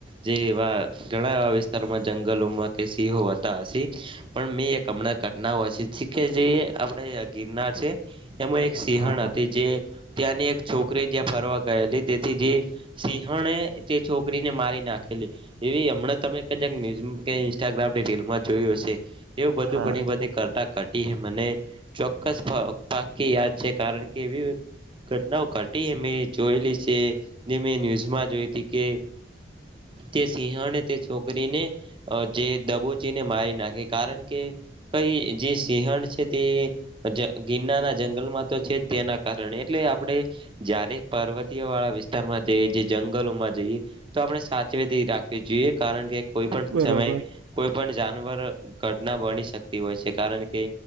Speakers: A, on the right; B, on the right.
A: જે એવા ઘણા એવા વિસ્તારોમાં જંગલોમાં કે સિંહો હતા હસી પણ મેં એક હમણાં કરના હો છે કે જે આપણેે ગિરનાર છે, એમાં એક સિંહણ
B: હા હા
A: હતી જે ત્યાંની એક છોકરી જ્યાં ફરવા ગયેલી તેથી જે સિંહણે તે છોકરીને મારી નાખેલી એવી હમણાં તમે ક જક ન્યુઝ કે ઇન્સ્ટાગ્રામની રીલમાં જોયું હશે એવું બધું
B: હા
A: ઘણી બધી કરતા કટી મને ચોક્કસ પાકી યાદ છે કારણ કે કેવી ઘટનાઓ ઘટી અમે જોયેલી છે જે મેં ન્યૂઝમાં જોઈ હતી કે તે સિંહ અને તે છોક છોકરીને જે દબોચીને મારી નાખે કારણ કે કઈ જે સિંહણ છે તે ગિરના ના જંગલમાં તો છે તેના કારણે એટલે આપણે. જય્યારે પર્વતીય વાળા વિસ્તારમાં જઈ જે જંગલોમાં જઈ તો આપણે સાચવેતી રાખવી જોઈએ કારણ કે કોઈ પણ
B: બરોબર.
A: સમયે કોઈ પણ જાનવર ઘટના બની શકતી હોય છે કારણ કે.